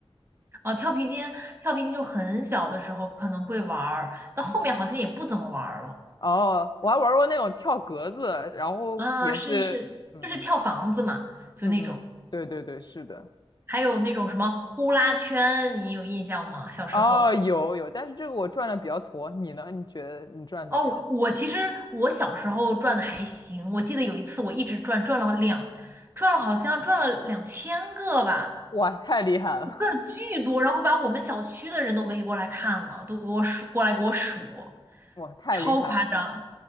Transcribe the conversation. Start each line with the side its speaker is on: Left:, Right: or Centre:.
Right: 哦，跳皮筋，跳皮筋就很小的时候可能会玩儿，到后面好像也不怎么玩儿了。
Left: 哦，我还玩过那种跳格子，然后也是，
Right: 啊，是是是，
Left: 嗯嗯。
Right: 就是跳房子嘛，就那种，
Left: 嗯嗯，对对对，是的。
Right: 还有那种什么呼啦圈，你有印象吗？小时候。
Left: 哦，有有，但是这个我转的比较矬，你呢？你觉得你转的咋样？
Right: 哦，我其实我小时候转的还行，我记得有一次我一直转，转了两，转了好像转了两千个吧，
Left: 哇，太厉害了！
Right: 转了巨多，然后把我们小区的人都围过来看了，都给我数，过来给我数，
Left: <laughs> 哇，太厉害了！
Right: 超夸张。